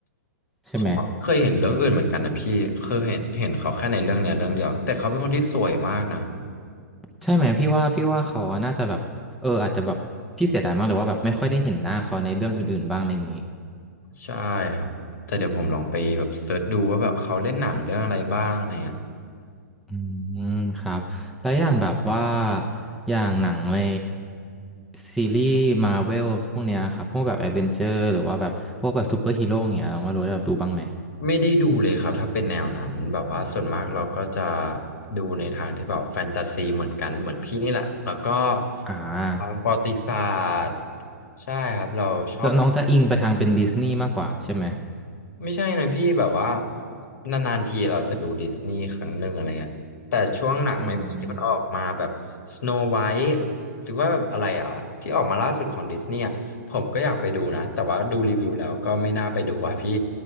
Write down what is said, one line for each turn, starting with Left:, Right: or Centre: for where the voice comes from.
Centre: ใช่ไหม
Left: ผมอะเคยเห็นเรื่องอื่นเหมือนกันนะพี่เคยเห็นเห็นเขาแค่ในเรื่องเนี้ยเรื่องเดียวแต่เขาเป็นคนที่สวยมากนะ
Centre: ใช่ไหมพี่ว่าพี่ว่าเขาน่าจะแบบเอออาจจะแบบพี่เสียดายมากเลยว่าแบบไม่ค่อยได้เห็นหน้าเขาในเรื่องอื่นๆบ้างอะไรอย่างนี้
Left: ใช่ครับแต่เดี๋ยวผมลองไปแบบเซิร์ชดูว่าแบบเขาเล่นหนังเรื่องอะไรบ้างอะไรเงี้ย
Centre: อืมครับแล้วอย่างแบบว่าอย่างหนังในซีรีส์มาเวลพวกเนี้ยครับพวกแบบแอดเวนเจอร์หรือว่าแบบพวกแบบซูเปอร์ฮีโร่ยเงี้ยน้องว่ารู้ได้แบบดูบ้างไหม
Left: ไม่ได้ดูเลยครับถ้าเป็นแนวนั้นแบบว่าส่วนมากเราก็จะดูในทางที่แบบแฟนตาซีเหมือนกันเหมือนพี่นี่แหละแล้วก็
Centre: อ่า
Left: ทางประวัติศาสตร์ใช่ครับเราชอบ
Centre: แล้วน้องจะอิงไปทางเป็นดิสนีย์มากกว่าใช่ไหม
Left: ไม่ใช่นะพี่แบบว่านานๆทีเราจะดูดิสนีย์ครั้งหนึ่งอะไรเงี้ยแต่ช่วงหนังใหม่ๆที่มันออกมาแบบสโนไวท์
Centre: อืม
Left: หรือว่าแบบอะไรอ่ะที่ออกมาล่าสุดของดิสนีย์อะผมก็อยากไปดูนะแต่ว่าดูรีวิวแล้วก็ไม่น่าไปดูอ่ะพี่